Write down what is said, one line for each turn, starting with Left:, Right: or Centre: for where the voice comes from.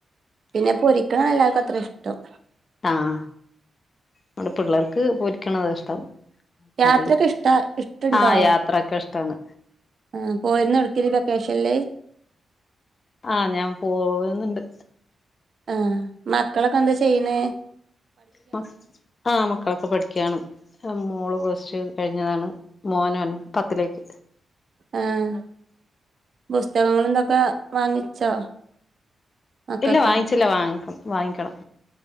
Right: പിന്നെ പൊരിക്ക്ണ എല്ലാർക്കും അത്ര ഇഷ്ടം.
Left: ആഹ് വടെ പിള്ളേർക്ക് പൊരിക്ക്ണതാ ഇഷ്ടം. കറി
Right: യാത്രയൊക്കെ ഇഷ്ട ഇഷ്ടുണ്ടോ
Left: ആഹ് യാത്രൊക്കെ ഇഷ്ടാണ്.
Right: ആഹ് പോയിരുന്നോ എവ്ട്ക്കേലും ഈ വെക്കേഷൻല്
Left: ആഹ് ഞാൻ പോവുന്നുണ്ട്
Right: ആഹ് മക്കളൊക്കെ എന്താ ചെയ്യ്ണത്
Left: മക്ക് ആഹ് മക്കളൊക്കെ പഠിക്കയാണ്. ആഹ് മോള് പ്ലസ് റ്റു കഴിഞ്ഞതാണ് മോന് ഒൻ പത്തിലേക്ക്.
Right: ആഹ് പുസ്തകങ്ങളും ഇതൊക്കെ വാങ്ങിച്ചോ? മക്കൾക്ക്
Left: ഇല്ല വാങ്ങിച്ചില്ല വാങ്ങിക്കും വാങ്ങിക്കണം